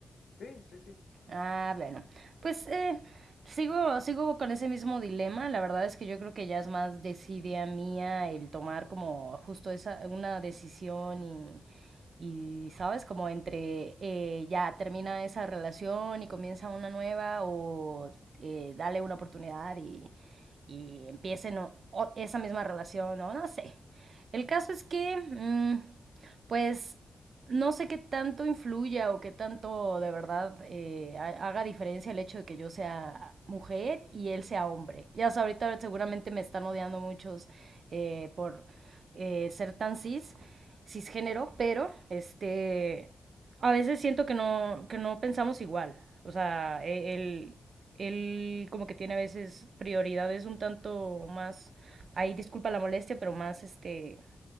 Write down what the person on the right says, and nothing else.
Ah, bueno. Pues eh, sigo, sigo con ese mismo dilema. La verdad es que yo creo que ya es más desidia mía el tomar como justo esa, una decisión y, y ¿sabes? Como entre eh, ya termina esa relación y comienza una nueva o eh, dale una oportunidad y, y empiecen o- o- esa misma relación o no sé. El caso es que, mm, pues no sé qué tanto influya o qué tanto de verdad eh, ha- haga diferencia el hecho de que yo sea mujer y él sea hombre. Ya sabes, ahorita seguramente me están odiando muchos eh, por eh, ser tan cis, cisgénero, pero este, a veces siento que no, que no pensamos igual. O sea, e- él, él como que tiene a veces prioridades un tanto más, ahí disculpa la molestia, pero más este